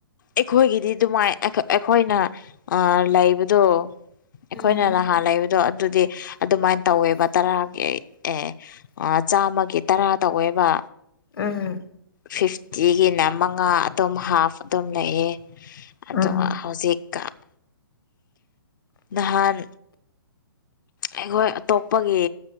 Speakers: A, on the left; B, on the left.
A: ꯑꯩꯈꯣꯏꯒꯤꯗꯤ ꯑꯗꯨꯃꯥꯏ ꯑꯩꯈꯣꯏ ꯑꯩꯈꯣꯏꯅ ꯑꯥ ꯂꯩꯕꯗꯣ ꯑꯩꯈꯣꯏꯅ
B: ꯎꯝ
A: ꯅꯍꯥꯟ ꯂꯩꯕꯗꯣ ꯑꯗꯨꯗꯤ ꯑꯗꯨꯃꯥꯏꯅ ꯇꯧꯋꯦꯕ ꯇꯔꯥꯒꯤ ꯑꯦ ꯑ ꯆꯥꯝꯃꯒꯤ ꯇꯔꯥ ꯇꯧꯋꯦꯕ
B: ꯎꯝ
A: ꯐꯤꯐꯇꯤꯒꯤꯅ ꯃꯉꯥ ꯑꯗꯨꯝ ꯍꯥꯐ ꯑꯗꯨꯝ ꯂꯩꯌꯦ ꯑꯗꯨꯒ
B: ꯎꯝ
A: ꯍꯧꯖꯤꯛ ꯀꯥ ꯅꯍꯥꯟ ꯑꯩꯈꯣꯏ ꯑꯇꯣꯞꯄꯒꯤ